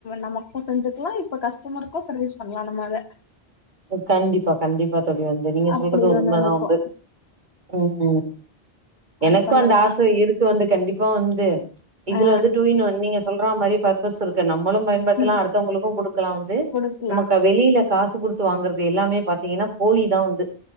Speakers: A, on the left; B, on the right.
A: நமக்கும் செஞ்சுக்கலா இப்ப கஸ்டமருக்கு சர்வீஸ் பண்லா நம்மலே
B: கண்டிப்பா கண்டிப்பா தோழி வந்து நீங்க
A: அப்டி
B: சொல்றது
A: ஒண்ணு
B: உண்மதா
A: இருக்கு
B: வந்து ம் ம்
A: அது
B: எனக்கும்
A: பண்ணலா
B: அந்த ஆச இருக்கு வந்து கண்டிப்பா வந்து இதுல
A: ஆ
B: வந்து டூ இன் ஒன் நீங்க சொல்றா மாரி பர்பஸ் இருக்கு நம்பளும் பயன்படுத்தலா
A: ம்
B: அடுத்தவுங்களுக்கு குடுக்கலா வந்து
A: குடுக்கலா
B: நமக்கு வெளில காசு குடுத்து வாங்கறது எல்லாமே பாத்தீங்கன்னா போலி தா வந்து